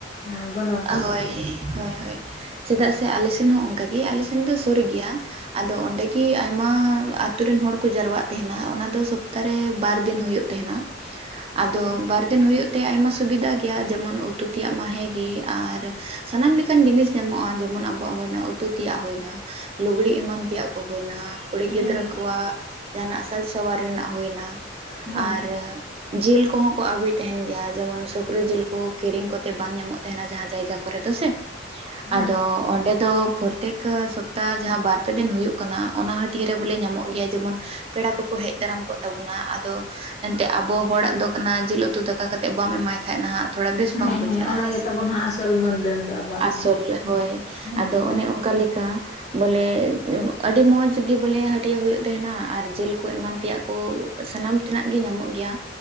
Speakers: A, on the left; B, on the right.
A: ᱟᱸ ᱜᱚᱱᱚᱝ ᱠᱚ ᱟᱨᱠᱤ᱾
B: ᱦᱳᱭ ᱦᱳᱭ ᱦᱳᱭ, ᱪᱮᱫᱟᱜ ᱥᱮ ᱟᱞᱮ ᱥᱮᱱ ᱦᱚᱸ ᱚᱱᱠᱟᱜᱮ ᱟᱞᱮ ᱥᱮᱱ ᱫᱚ ᱥᱩᱨ ᱜᱮᱭᱟ᱾ ᱟᱫᱚ ᱚᱸᱰᱮ ᱜᱤ ᱟᱭᱢᱟ ᱟᱛᱩ ᱨᱮᱱ ᱦᱚᱲᱠᱚ ᱡᱟᱨᱚᱣᱟᱜ ᱛᱮᱦᱮᱱᱟ, ᱚᱱᱟ ᱫᱚ ᱥᱩᱯ ᱛᱟ ᱨᱮ ᱵᱟᱨ ᱫᱤᱱ ᱦᱩᱭᱩᱜ ᱛᱟᱦᱮᱸᱱᱟ, ᱟᱫᱚ
A: ᱟᱪᱪᱷᱟ
B: ᱵᱟᱨ ᱫᱤᱱ ᱦᱩᱭᱩᱜ ᱛᱮ ᱟᱭᱢᱟ ᱥᱩᱵᱤᱫᱷᱟ ᱜᱮᱭᱟ ᱡᱮᱢᱚᱱ ᱩᱛᱩ ᱛᱮᱭᱟᱜ ᱢᱟ ᱦᱮᱸ ᱜᱮ ᱟᱨ ᱥᱟᱱᱟᱢ ᱞᱮᱠᱟᱱ ᱡᱤᱱᱤᱥ ᱧᱟᱢᱚᱜᱼᱟ ᱡᱮᱢᱚᱱ ᱟᱵᱚᱣᱟᱜ ᱦᱩᱭᱱᱟ ᱩᱛᱩ ᱛᱮᱭᱟᱜ ᱦᱩᱭᱱᱟ, ᱞᱩᱜᱽᱲᱤ ᱮᱢᱟᱱ ᱛᱮᱭᱟᱜ ᱠᱚ ᱦᱩᱭᱱᱟ, ᱠᱩᱲᱤ ᱜᱤᱫᱽᱨᱟᱹ
A: ᱦᱮᱸ
B: ᱠᱚᱣᱟᱜ ᱡᱟᱦᱟᱸᱱᱟᱜ ᱥᱟᱡᱽᱥᱟᱣᱟᱨ ᱨᱮᱱᱟᱜ ᱦᱩᱭᱱᱟ, ᱟᱨ
A: ᱦᱮᱸ
B: ᱡᱤᱞ ᱠᱚᱦᱚᱸ ᱠᱚ ᱟᱹᱜᱩᱭᱮᱫ ᱛᱮᱦᱮᱱ ᱜᱮᱭᱟ ᱡᱮᱢᱚᱱ ᱥᱩᱠᱨᱤ ᱡᱤᱞ ᱠᱚ ᱠᱤᱨᱤᱧ ᱠᱚᱛᱮ ᱵᱟᱝ ᱧᱟᱢᱚᱜ ᱛᱟᱦᱮᱸᱱᱟ ᱡᱟᱦᱟᱸ ᱡᱟᱭᱜᱟ ᱠᱚᱨᱮ ᱫᱚ ᱥᱮ, ᱟᱫᱚ
A: ᱦᱮᱸ
B: ᱚᱸᱰᱮ ᱫᱚ ᱯᱨᱚᱛᱮᱠ ᱠᱟᱹ ᱥᱚᱯᱛᱟᱦᱚ ᱡᱟᱦᱟᱸ ᱵᱟᱨ ᱯᱮ ᱫᱤᱱ ᱦᱩᱭᱩᱜ ᱠᱟᱱᱟ ᱚᱱᱟ ᱦᱟᱹᱴᱤᱭᱟᱹ ᱨᱮ ᱵᱚᱞᱮ ᱧᱟᱢᱚᱜ ᱜᱮᱭᱟ ᱡᱮᱢᱚᱱ ᱯᱮᱲᱟ ᱠᱚᱠᱚ ᱦᱮᱡ ᱫᱟᱨᱟᱢ ᱠᱚᱜ ᱛᱟᱵᱚᱱᱟ ᱟᱫᱚ ᱮᱱᱛᱮᱜ ᱟᱵᱚ ᱦᱚᱲᱟᱜ ᱫᱚ ᱠᱟᱱᱟ ᱡᱮᱞ ᱩ ᱛᱩ ᱫᱟᱠᱟ ᱠᱟᱛᱮᱫ ᱵᱟᱢ ᱮᱢᱟᱭ ᱠᱷᱟᱡ ᱱᱟᱦᱟᱜ ᱛᱷᱚᱲᱟ ᱵᱮᱥ ᱵᱟᱝ
A: ᱦᱮᱸ
B: ᱵᱩᱡᱷᱟᱹᱜᱼᱟ
A: ᱚᱱᱟᱜᱮ
B: ᱦᱮᱸ ᱥᱮ᱾
A: ᱛᱟᱵᱚᱱ ᱦᱟᱸᱜ ᱟᱥᱚᱞ ᱢᱟᱹᱱᱫᱟᱹᱱ ᱫᱚ ᱟᱵᱚᱣᱟᱜ
B: ᱟᱥᱚᱞ
A: ᱫᱚ
B: ᱦᱳᱭ
A: ᱦᱮᱸ
B: ᱟᱫᱚ ᱚᱱᱮ ᱚᱱᱠᱟ ᱞᱮ ᱠᱟ ᱵᱚᱞᱮ ᱟᱹᱰᱤ ᱢᱚᱸᱡᱽ ᱜᱮ ᱵᱚᱞᱮ ᱦᱟᱹᱴᱤᱭᱟᱹ ᱦᱩᱭᱩᱜ ᱛᱟᱦᱮᱸᱱᱟ ᱟᱨ ᱡᱮᱞ ᱠᱚ ᱮᱢᱟᱱ ᱛᱮᱭᱟᱜ ᱠᱚ ᱥᱟᱱᱟᱢ ᱛᱮᱱᱟᱜ ᱜᱮ ᱧᱟᱢᱚᱜ ᱜᱮᱭᱟ᱾